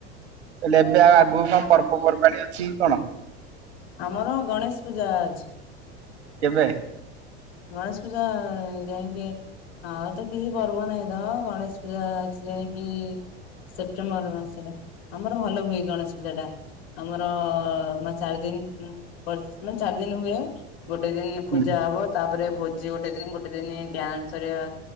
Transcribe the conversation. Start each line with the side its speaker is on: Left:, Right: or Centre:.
Right: କହିଲି ଏବେ ଆଉ ଆଗକୁ କଣ ପର୍ବପର୍ବାଣି ଅଛି କି କଣ?
Left: ଆମର ଗଣେଶ ପୂଜା ଅଛି।
Right: କେବେ?
Left: ଗଣେଷ ପୂଜା ଯାଇକି ଆଉ ତ କିଛି ପର୍ବ ନାହିଁ ତ ଗଣେଶ ପୂଜା ଅଛି ଯାଇକି ସେପ୍ଟେମ୍ବର ମାସରେ ଆମର ଭଲ ହୁଏ ଗଣେଶ ପୂଜା ଟା। ଆମର ମାନେ ଚାରି ଦିନ ପ ମାନେ ଚାରି ଦିନ ହୁଏ। ଗୋଟେ ଦିନ ପୂଜା
Right: ହୁଁ
Left: ହବ ତା ତାପରେ ଭୋଜି ଗୋଟେ ଦିନ ଗୋଟେ ଦିନ ଡ୍ୟାନ୍ସ ହେରିକା